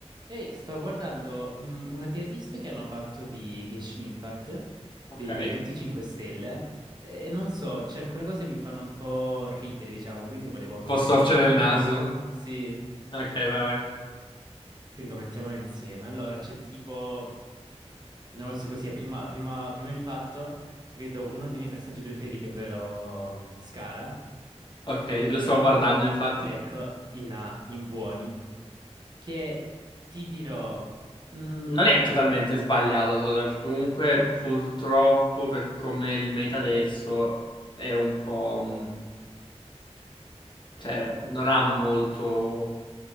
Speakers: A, on the right (about 40°); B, on the left (about 45°).
A: Ehi, sto guardando mm, una tier list che hanno fatto di Genshin Impact,
B: Ok.
A: di tutti i 5 stelle, e non so, c'è alcune cose che mi fanno un po' ridere, diciamo, quindi volevo commentarla
B: Può storcere
A: con
B: il naso.
A: te. Sì,
B: Ok, vai, vai.
A: quindi commentiamola insieme. Allora, c'è tipo, non lo so così, a prima- a prima- a primo impatto vedo uno dei miei personaggi preferiti, ovvero mm, Scara,
B: Ok,
A: in...
B: lo stavo guardando, infatti.
A: Ecco, in A, in buoni, che ti dirò, mm,
B: Non è totalmente sbagliato, secondo me, perché comunque, purtroppo, per come è il meta adesso, è un po'... mh, Cioè, non ha molto